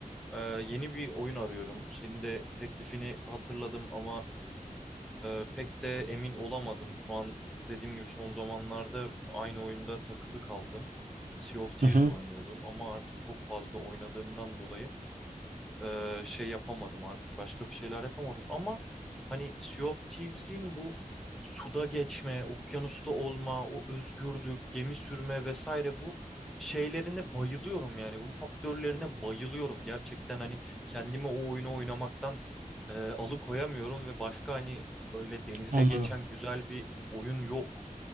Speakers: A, in the centre; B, on the right (about 65°).
A: E, yeni bir oyun arıyorum. Senin de teklifini hatırladım ama e, pek de emin olamadım. Şu an dediğim gibi son zamanlarda aynı oyunda takılı kaldım. Sea of Thieves
B: Hı hı,
A: oynuyordum ama artık çok fazla oynadığımdan dolayı e, şey yapamadım artık başka bir şeyler yapamadım ama hani Sea of Thieves'in bu suda geçme, okyanusta olma, o özgürlük, gemi sürme vesaire bu şeylerine bayılıyorum yani bu faktörlerine bayılıyorum gerçekten hani kendimi o oyunu oynamaktan e, alıkoyamıyorum ve başka hani böyle denizde
B: anladım.
A: geçen güzel bir oyun yok